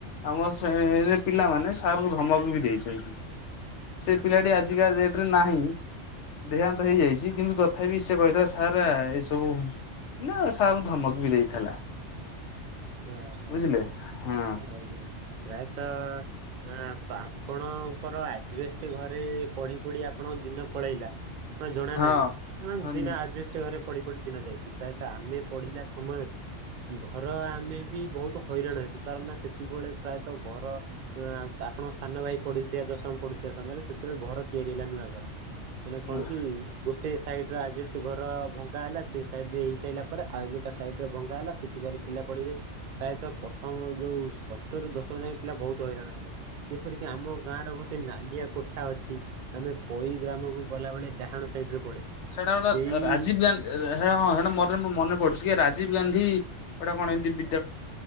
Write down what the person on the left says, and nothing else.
ଆମ ସେ ପିଲାମାନେ ସାରଙ୍କୁ ଧମକ ବି ଦେଇଛନ୍ତି। ସେ ପିଲାଟି ଆଜିକା ଡେଟ ରେ ନାହିଁ। ଦେହାନ୍ତ ହେଇଯାଇଛି କିନ୍ତୁ ତଥାପି ସେ କହିଥିଲା ସାର୍ ଏସବୁ ନା ସାରଙ୍କୁ ଧମକ ବି ଦେଇଥିଲା।
ବୁଝିଲେ ହଁ
ହଁ
ହଁ
ହଁ
ସେଟା ଗୋଟେ
ରାଜୀବ ଗାନ୍ଧି ରେ ହଁ ହେଟା ମୋର ମନେ ପଡୁଛି ରାଜୀବ ଗାନ୍ଧୀ ଗୋଟା କଣ ଏମିତି ବି